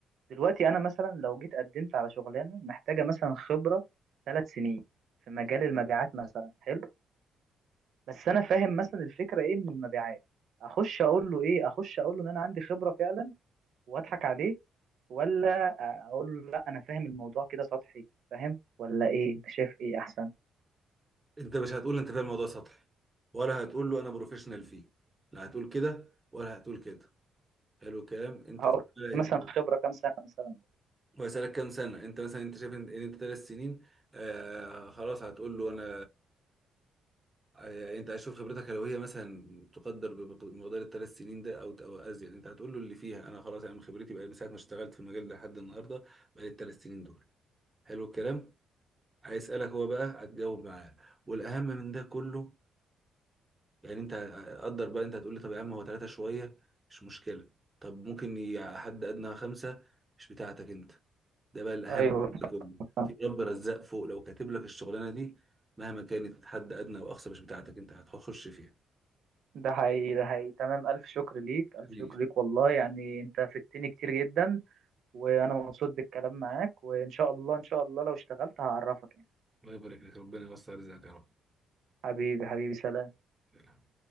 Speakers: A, on the right; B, on the right.
A: دلوقتي انا مثلا لو جيت قدمت على شغلانه محتاجه مثلا خبره ثلاث سنين في مجال المبيعات مثلا حلو بس انا فاهم مثلا الفكره ايه من المبيعات اخش اقول له ايه اخش اقول له ان انا عندي خبره فعلا واضحك عليه ولا اقول له لا انا فاهم الموضوع كده سطحي فاهم ولا ايه انت شايف ايه احسن
B: انت مش هتقول انت فاهم الموضوع سطحي ولا هتقول له انا بروفيشنال فيه لا هتقول كده ولا هتقول كده حلو الكلام انت
A: هقول
B: تسأله-
A: له مثلا خبره كام سنه مثلا
B: هو يسألك كام سنة انت مثلا انت شايف ان ان انت ثلاث سنين آه خلاص هتقول له انا آه يعني انت هتشوف خبرتك لو هي مثلا تقدر بمقدار الثلاث سنين ده او او ازيد انت هتقول له اللي فيها انا خلاص انا من خبرتي بقى من ساعة ما اشتغلت في المجال ده لحد النهارده بقى لي الثلاث سنين دول حلو الكلام هيسألك هو بقى هتجاوب معاه والاهم من ده كله يعني انت قدر بقى انت هتقول لي طب يا عم هو ثلاثة شوية مش مشكلة طب ممكن ي- حد أدنى خمسة مش بتاعتك انت ده بقى الأهم
A: ايوه
B: من ده كله
A: فاهم.
B: في رب رزاق فوق لو كاتب لك الشغلانة دي مهما كانت حد أدنى وأقصى مش بتاعتك انت هتخش فيها
A: ده حقيقي ده حقيقي تمام الف شكر ليك الف
B: حبيبي
A: شكر ليك والله يعني انت فدتني كتير جدا وانا مبسوط بالكلام معاك وان شاء الله ان شاء الله لو اشتغلت هعرفك يعني
B: الله يبارك لك ربنا يوسع رزقك يا
A: حبيبي حبيبي سلام
B: رب